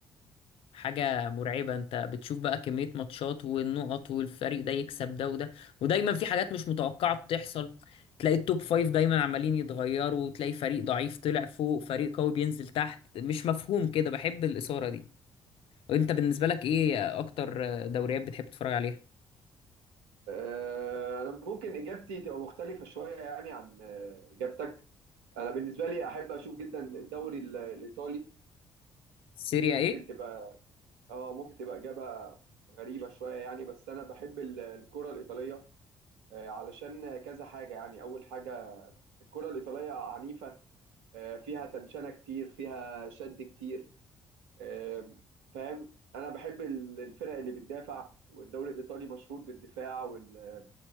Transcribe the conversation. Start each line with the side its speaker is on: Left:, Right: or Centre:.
Left: حاجة مرعبة انت بتشوف بقى كمية ماتشات والنقط والفريق ده يكسب ده وده ودايما في حاجات مش متوقعة بتحصل تلاقي التوب فايف دايما عمالين يتغيروا وتلاقي فريق ضعيف طلع فوق فريق قوي بينزل تحت مش مفهوم كده بحب الإثارة دي وانت بالنسبة لك ايه اكتر دوريات بتحب تتفرج عليها
Right: آه، انا ممكن اجابتي تبقى مختلفة شوية يعني عن آه، اجابتك انا بالنسبة لي احب اشوف جدا الدوري ال- الايطالي
Left: سيريا
Right: ممكن
Left: ايه
Right: تبقى اه ممكن تبقى إجابة غريبة شوية يعني بس أنا بحب ال- الكرة الإيطالية آه، علشان كذا حاجة يعني أول حاجة الكرة الإيطالية عنيفة آه، فيها تنشنة كتير فيها شد كتير آم، فاهم أنا بحب ال- الفرق اللي بتدافع والدوري الإيطالي مشهور بالدفاع وال-